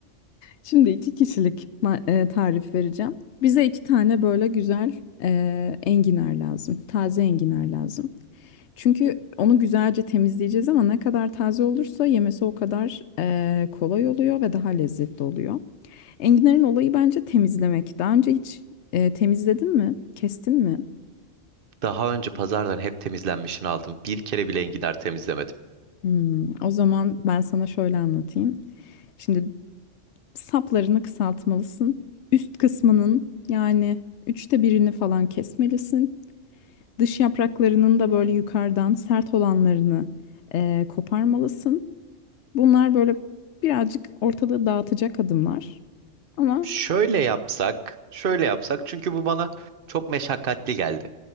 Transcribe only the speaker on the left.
şimdi iki kişilik ma- e, tarif vereceğim. Bize iki tane böyle güzel e, enginar lazım. Taze enginar lazım. Çünkü onu güzelce temizleyeceğiz ama ne kadar taze olursa yemesi o kadar eee, kolay oluyor ve daha lezzetli oluyor. Enginar'ın olayı bence temizlemek. Daha önce hiç eee, temizledin mi? Kestin mi?
Hmm, o zaman ben sana şöyle anlatayım. Şimdi saplarını kısaltmalısın. Üst kısmının yani üçte birini falan kesmelisin. Dış yapraklarının da böyle yukarıdan sert olanlarını eee, koparmalısın. Bunlar böyle birazcık ortalığı dağıtacak adımlar. Ama